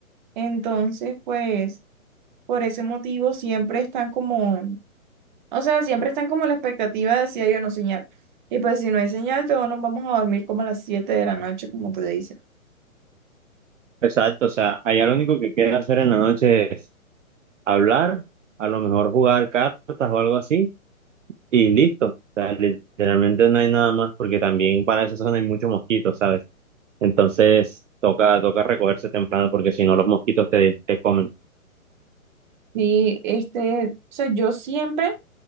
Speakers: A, on the right; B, on the right.
A: Entonces, pues, por ese motivo siempre están como, o sea, siempre están como la expectativa de si hay o no señal. Y pues, si no hay señal, todos nos vamos a dormir como a las 7 de la noche, como te dicen.
B: Exacto, o sea, allá lo único que queda hacer en la noche es hablar, a lo mejor jugar cartas o algo así y listo. O sea, literalmente no hay nada más porque también para esa zona hay muchos mosquitos, ¿sabes? Entonces toca, toca recogerse temprano porque si no los mosquitos te, te comen.
A: Sí, este, o sea, yo siempre.